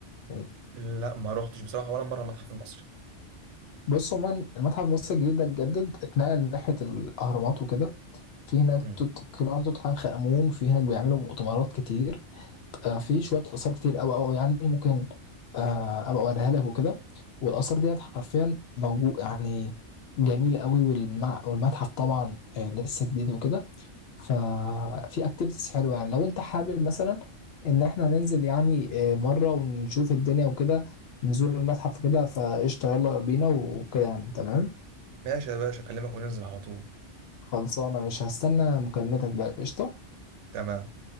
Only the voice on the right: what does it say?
لا ما روحتش بصراحه ولا مره المتحف المصري
مم.
ماشي يا باشا اكلمك وننزل على طول
تمام